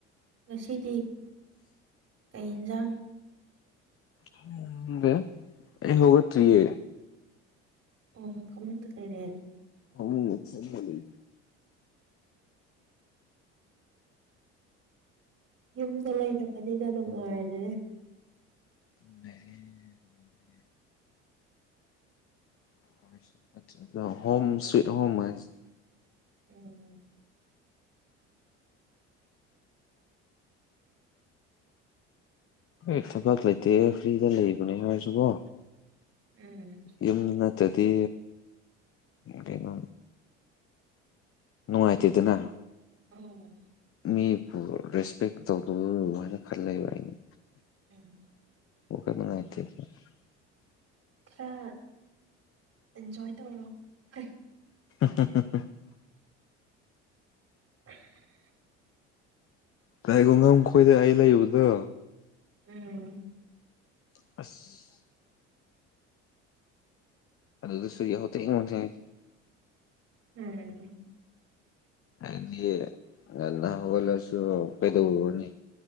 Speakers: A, on the right; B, on the left.
A: ꯉꯁꯤꯗꯤ ꯀꯩ ꯏꯟꯖꯥꯡ
B: ꯈꯪꯗꯦ ꯑꯩ ꯍꯧꯒꯠꯇ꯭ꯔꯤꯌꯦ
A: ꯑꯣ ꯐꯃꯨꯡꯗ ꯂꯩꯔꯦ
B: ꯐꯃꯨꯡꯗ ꯐꯝꯃ ꯂꯩ
A: ꯌꯨꯝꯗ ꯂꯩꯔꯕꯅꯤꯅ ꯅꯨꯡꯉꯥꯏꯔꯦ
B: ꯅꯨꯡꯉꯥꯏꯔꯦ ꯅꯨꯡꯉꯥꯏꯔꯦ <unintelligible> ꯍꯣꯝ ꯁ꯭ꯋꯤꯠ ꯍꯣꯝ ꯍꯥꯏꯖꯦ
A: ꯎꯝ
B: ꯑꯩ ꯊꯕꯛ ꯂꯩꯇꯦ ꯐ꯭ꯔꯤꯗ ꯂꯩꯕꯅꯦ ꯍꯥꯏꯔꯁꯨꯀꯣ
A: ꯎꯝ
B: ꯌꯨꯝ ꯅꯠꯇꯗꯤ ꯀꯩꯅꯣ ꯅꯨꯡꯉꯥꯏꯇꯦꯗꯅ
A: ꯑꯧ
B: ꯃꯤꯕꯨ ꯔꯦꯁꯄꯦꯛ ꯇꯧꯗꯕ <unintelligible> ꯑꯩꯅ
A: <unintelligible>
B: ꯋꯥꯈꯜ <inaudible>
A: ꯈꯔ ꯏꯟꯖꯣꯏ ꯇꯧꯔꯣ <unintelligible>
B: <unintelligible>
A: <inaudible>
B: ꯇꯥꯏꯒꯣꯉꯝ ꯈꯣꯏꯗ ꯑꯩ ꯂꯩꯕꯗꯣ
A: ꯎꯝ
B: ꯑꯁ ꯑꯗꯨꯗꯁꯨ ꯌꯥꯍꯧ ꯊꯦꯡ <unintelligible>
A: ꯎꯝ
B: ꯍꯥꯏꯗꯤ ꯉꯟꯅ ꯍꯧꯒꯠꯂꯁꯨ ꯀꯩꯗꯧꯔꯨꯅꯤ